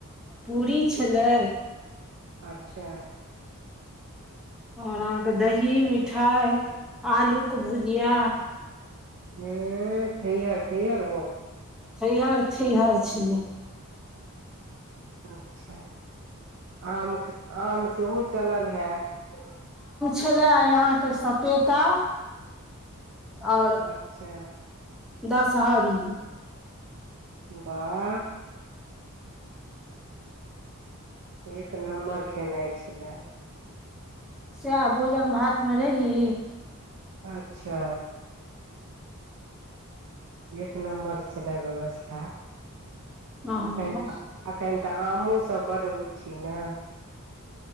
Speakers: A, in the centre; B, on the right.
A: पूरी छलै
B: अच्छा
A: और अहाँके दही मिठाइ आलूके भुजिया
B: उउउ थैहर थैहर भ
A: थैहर थैहर छलै
B: अच्छा आम के त आम सेहो चलल हेत
A: खेले आय आहां के सपेता और
B: अच्छा
A: दशहरी
B: बाह एक नम्बर केनैय छलै
A: सएह भोजन भात मे रही
B: अच्छा एक नम्बर छलेअ व्यवस्था
A: हँ
B: एखन तऽ एखन तऽ हमहूसभ बड होइ छी न